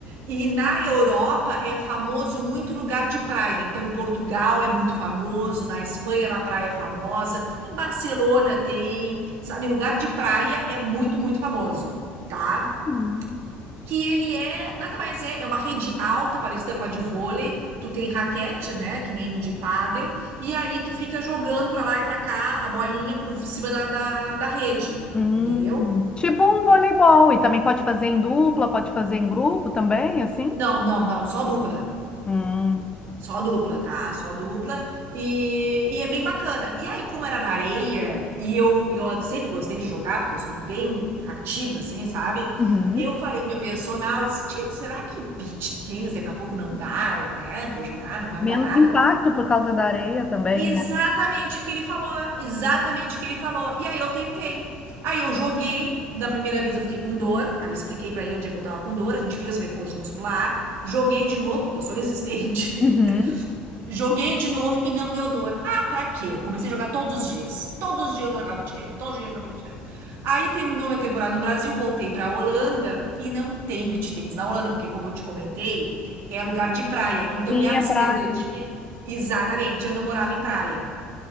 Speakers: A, on the right; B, on the left.
A: E na Europa é famoso muito em lugar de praia. Então, Portugal é muito famoso, na Espanha, na praia é famosa, em Barcelona tem, sabe, em lugar de praia é muito, muito famoso, tá?
B: Hum.
A: que ele é, nada mais é, é uma rede alta, parecida com a de vôlei, tu tem raquete, né, que nem de pádel, e aí tu fica jogando pra lá e pra cá a bolinha por cima da, da, da rede,
B: Hum,
A: entendeu?
B: tipo um voleibol, e também pode fazer em dupla, pode fazer em grupo também, assim?
A: Não, não, não, só dupla.
B: Hum,
A: Só dupla, tá? Só dupla. E, e é bem bacana. E aí, como era na areia, e eu, e eu sempre gostei de jogar, porque eu sou bem ativa, assim, sabe?
B: uhum.
A: Eu falei com meu personal, eu disse, "Tchê, será que beach tênis daqui a pouco não dá, né? Pra eu jogar, não vai
B: Menos
A: me dar nada.
B: impacto por causa da areia também,
A: Exatamente
B: né?
A: o que ele falou, exatamente o que ele falou. E aí eu tentei. Aí eu joguei, na primeira vez eu fiquei com dor, aí expliquei pra ele onde é que eu tava com dor, a gente fez o reforço muscular, joguei de novo, porque eu sou insistente.
B: Uhum.
A: <laughs> Joguei de novo e não deu dor. Ah, pra quê? Comecei a jogar todos os dias. Todos os dias eu jogava beach tennis, todos os dias eu jogava beach tennis. Aí terminou minha temporada no Brasil, voltei pra Holanda e não tem beach tennis na Holanda, porque como eu te comentei, é lugar de praia. Então
B: Sim,
A: em Amsterdã
B: é praia.
A: tinha Exatamente, eu não morava em praia